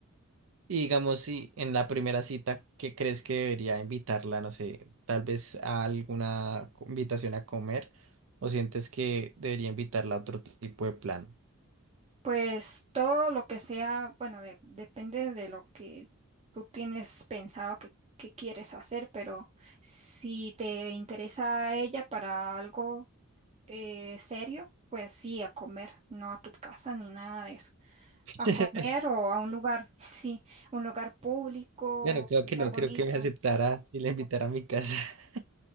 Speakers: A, on the right; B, on the right.
A: Y digamos, si en la primera cita, ¿qué crees que debería invitarla? No sé, tal vez a alguna co- invitación a comer, o sientes que debería invitarla a otro tipo de plan.
B: Pues todo lo que sea, bueno, de- depende de lo que tú tienes pensado que, que quieres hacer, pero si te interesa a ella para algo eh, serio, pues sí, a comer, no a tu casa ni nada de eso.
A: <laughs>
B: A comer o a un lugar, <laughs> sí, un lugar público,
A: Bueno, creo
B: un
A: que
B: lugar
A: no,
B: bonito.
A: creo que me aceptará y la invitará a mi casa. <laughs>